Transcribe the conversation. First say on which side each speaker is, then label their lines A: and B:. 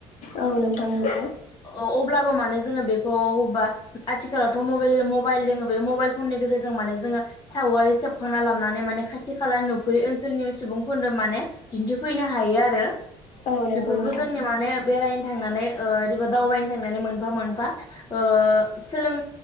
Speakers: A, on the left (about 65°); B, on the left (about 30°).
A: औ नोंथां नोंगौ
B: औ अब्लाबो माने जोङो बेखौ अबेबा आथिखालावथ' मबेल मबाइल दोङो बे मबाइल फननि गेजेरजों माने जोङो सावगारि सेबखांना लाबनानै माने खाथि खाला नुफुरि ओनसोलनि सुबुंफोरनो माने दिन्थिफैनो हायो आरो
A: औ नंगौ
B: बेफोरबो
A: नोंथां
B: जोंनि माने नायनो थांनानै ओ ओरैबा दावबायनो थांनानै मोनफा मोनफा ओ सोलों